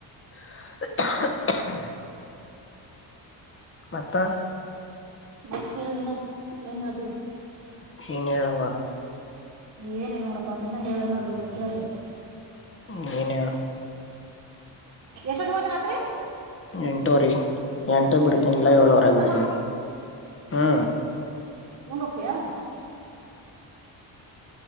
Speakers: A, on the left (about 30°); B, on the right (about 40°).
A: <inaudible> ಮತ್ತು
B: ಮತ್ತ್ ಹೇಳ ನೀನಾ ಏನ್ ಹೇಳ್ತಿದ್ದ
A: ನೀನು ಏಳುವಾ
B: ಏನಿಲ್ಲ ನೋಡಪ್ಪ ನೀನು ಹೇಳ ಏನಾದರ ಇದ್ರ ಕೇಳ್ತರಿ
A: ಹ್ಮ ಏನ ಹೇಳು
B: ಎಷ್ಟೋದವತ್ ರಾತ್ರಿ
A: ಎಂಟುವರಿ ಎಂಟಕ್ ಬಿಡ್ತೀನಿ ಇಲ್ಲ ಏಳುವರೆಗ
B: ಊಟ
A: ಬಿಡ್ತೀನಿ ಹ್ಞೂ
B: ಉಂಡೊಗ್ತಿಯ ಹ್ಮ